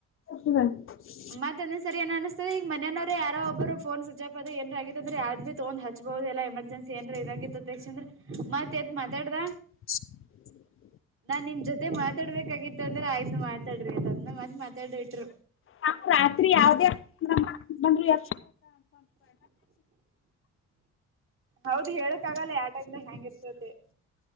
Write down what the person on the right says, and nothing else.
ಮತ್ತಂದ ಸರಿ ಏನ್ ಅನಸ್ತದೆ ಈ ಮನೆಯನವರ ಯಾರೋ ಒಬ್ಬರನ್ ಅಸ ಪ ಏರ ಆಗ ಅ್ರಯ್ದ ಭಿ ತಗ್ ಹಚ್ಬಹುದು ಎಮರ್ಜನ್ಸಿ ಏನ್ ಇದಾಗಿರ್ತ್ತ ತಕ್ಷ ಅಂದೆ ಮತ್ ಎತ್ ಮಾತಾಡ್ದ
ನಾನ್ ನಿಮ್ ಜೊತೆ ಮಾತಾಡ್ಬೇಕಾಗಿತ್ತು ಅಂದ್ರೆ ಆಯ್ತು ಮಾತಾರಿ ಆಯ್ತದನ್ನ ಮತ್ ಮಾತಾಡ್ ಇಟ್ರು
ಹೌದು ಹೇಳಕ್ಕ ಆಗಲ್ಲ ಯಾವ ಟೈ ನಾಗ ಹೆಂಗ ಇರ್ತತಿ ಅಂತ ಹೇಳ